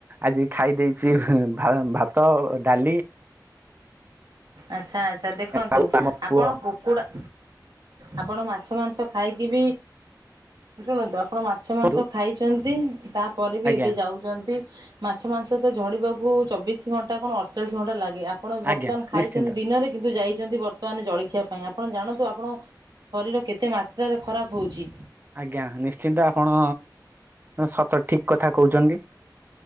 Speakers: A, on the right; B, on the right.
A: ଆଜି ଖାଇ ଦେଇେଇଛି ଭାତ ଡାଲି।
B: ଆଛା ଆଚ୍ଛା ଦେଖନ୍ତୁ
A: ଆଉ ଆମ
B: ଆପଣ
A: ପୁଅ
B: କୁକୁଡ଼ା- ଆପଣ ମାଛ ମାଂସ ଖାଇକି ବି ଶୁଣନ୍ତ ଆ - ଆପଣ ମାଛ ମାଂସ
A: କୁହନ୍ତୁ।
B: ଖାଇଛନ୍ତି। ତାପରେ ବି
A: ଆଜ୍ଞା
B: ଏବେ ଯାଉଛନ୍ତି। ମାଛ ମାଂସ ତ ଝଡିବାକୁ ଚବିଶି ଘଣ୍ଟା କଣ ଅଠଚାଳିଶ ଘଣ୍ଟା ଲାଗେ। ଆପଣ ବର୍ତ୍ତମାନ
A: ଆଜ୍ଞା
B: ଖାଇକି-
A: ନିଶ୍ଚିନ୍ତ
B: ତି ଦିନରେ କିନ୍ତୁ ଯାଇ- ବର୍ତ୍ତମାନ ଜଳଖିିବା ପାଇଁ ଆପଣ ଜାଣନ୍ତୁ ଆପଣଙ୍କ ଶରୀର କେତେ ମାତ୍ରାରେ ଖରାପ ହଉଛି।
A: ଆଜ୍ଞା, ନିଶ୍ଚିନ୍ତ ଆପଣ ସତ ଠିକ୍ କଥା କହୁଛନ୍ତି।